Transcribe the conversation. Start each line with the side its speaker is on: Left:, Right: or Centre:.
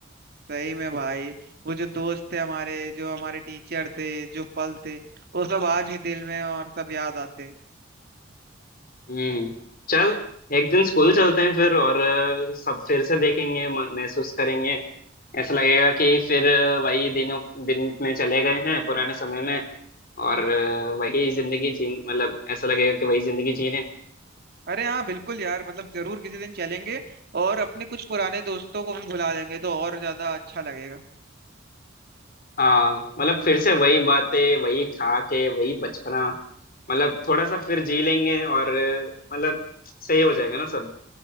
Right: सही में भाई वो जो दोस्त थे हमारे जो हमारे टीचर थे जो पल थे वो सब आज भी दिल में और सब याद आते हैं
Left: हम्म चल एक दिन स्कूल चलते हैं फिर और अ, सब फिर से देखेंगे म- महसूस करेंगे ऐसा लगेगा कि फिर अ, वही दिनों दिन में चले गए हैं पुराने समय में और अ, वही जिंदगी जी मतलब ऐसा लगेगा कि वही जिंदगी जी रहे हैं
Right: अरे हाँ बिल्कुल यार मतलब जरूर किसी दिन चलेंगे और अपने कुछ पुराने दोस्तों को भी बुला लेंगे तो और ज्यादा अच्छा लगेगा
Left: हाँ मतलब फिर से वही बातें वही ठहाके वही बचपना मतलब थोड़ा सा फिर जी लेंगे और अ, मतलब सही हो जाएगा ना सब